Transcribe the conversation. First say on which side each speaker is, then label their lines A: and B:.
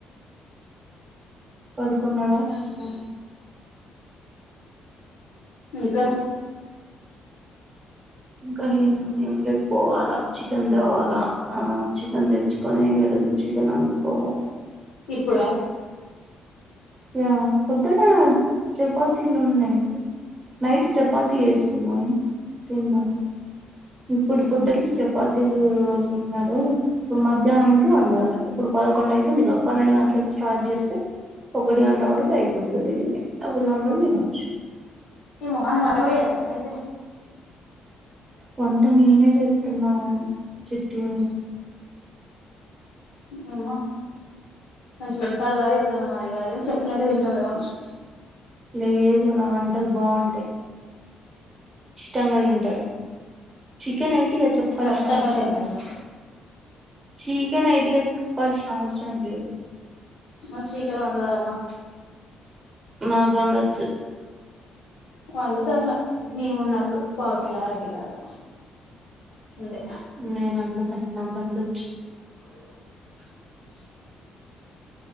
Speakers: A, on the right (about 30°); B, on the left (about 80°).
A: పడుకున్నాడా
B: ఉ ఉ ఇంకా
A: ఇంకా ఏముంది ఏం లేద్ పోవాలా చికెన్ తేవాలా ఆ చికెన్ తెచ్చుకొని ఈ రోజు చికెన్ వండుకోవాలి
B: ఇప్పుడా
A: యా పొద్దగా చపాతీలు ఉన్నాయి నైట్ చపాతీ వేసుకున్నాము తిన్నం ఇప్పుడు
B: ఆహా
A: పొద్దుటికి చపాతీలు రోన్నారు ఇప్పుడు మధ్యాహ్నంకి వండాలి ఇప్పుడు పదకొండు అవుతుంది కా పన్నెండు గంటలకు స్టార్ట్ చేస్తే ఒకటి గంటల వరకు అయిపోతది ఒకటి గంటలకు తినచ్చు
B: ఈ మోహనీకి వంట కూడా చేస్తందా అయితే
A: వంట నేనే చెతన్నా చిట్టీ
B: అమ్మా కొంచం వింటాల ఎట్లనా మరి కాదు కాని చెట్లేక తింటలే కావచ్చు
A: లేదు నా వంటలు బాగుంటాయి ఇష్టంగా తింటరు చికెన్ ఐతే ఇగా చెప్పాల్సిన
B: కష్టంగా
A: అవసరం
B: తింటారు
A: లే చికెన్ ఐతే ఇగా చెప్పాల్సిన అవసరం లేదు
B: మరి చికెన్ వందదమ్మా
A: నాకు వండొచ్చు
B: వండుత అట్లా మేము ఉన్నప్పుడు పావు కిల అర కలా అటా ఉంతే
A: నేను వండుత నాకు అన్నొచ్చు
B: అ